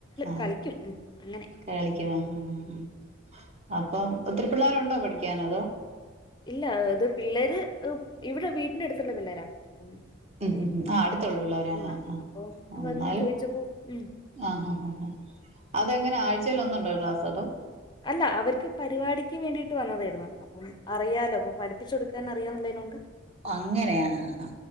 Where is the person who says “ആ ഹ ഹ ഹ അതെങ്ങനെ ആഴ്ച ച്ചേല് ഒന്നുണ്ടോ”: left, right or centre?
Right